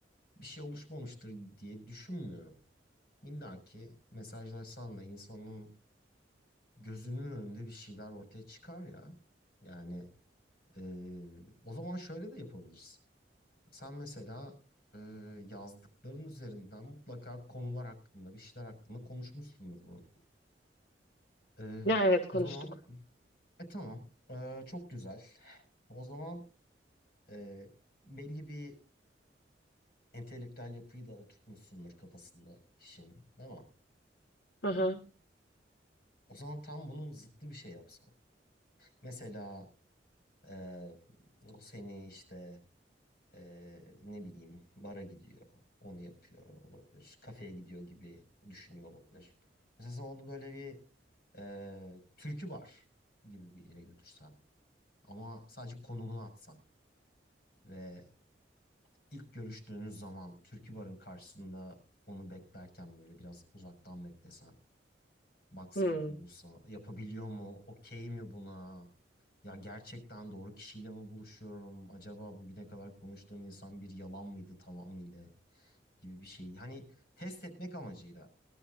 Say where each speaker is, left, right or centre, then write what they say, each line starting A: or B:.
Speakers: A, on the left; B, on the left.
A: bir şey oluşmamıştır diye düşünmüyorum. İlla ki mesajlaşsan da insanın gözünün önünde bir şeyler ortaya çıkar ya. Yani Ee, o zaman şöyle de yapabiliriz. Sen mesela e, yazdıkların üzerinden mutlaka konular hakkında, bir şeyler hakkında konuşmuşsundur bunu. Ee,
B: Ya evet konuştuk.
A: o zaman e tamam. Ee, çok güzel. O zaman e, belli bir entelektüel yapıyı da oturtmuşsundur kafasında kişinin, değil mi?
B: Hı hı.
A: O zaman tam bunun zıttı bir şey yapsan. Mesela e, o seni işte Ee, ne bileyim bara gidiyor, onu yapıyor olabilir. Kafeye gidiyor gibi düşünüyor olabilir. Mesela onu böyle bir e, türkü bar gibi bir yere götürsen ama sadece konumunu atsan ve ilk görüştüğünüz zaman türkü barın karşısında onu beklerken böyle biraz uzaktan beklesen, baksan
B: Hmm,
A: olsa yapabiliyor mu, okey mi buna? Ya gerçekten doğru kişiyle mi buluşuyorum? Acaba bugüne kadar konuştuğum insan bir yalan mıydı tamamıyla? gibi bir şeyi hani test etmek amacıyla